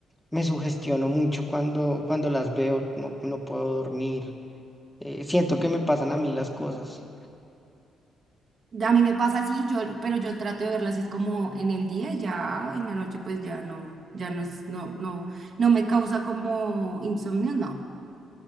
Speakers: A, in the centre; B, on the right.
A: me sugestiono mucho cuando, cuando las veo, no, no puedo dormir, eh, siento que me pasan a mí las cosas.
B: A mí me pasa así, yo, pero yo trato de verlas es como en el día, ya en la noche pues ya no, ya no es, no, no, no me causa como insomnio, no.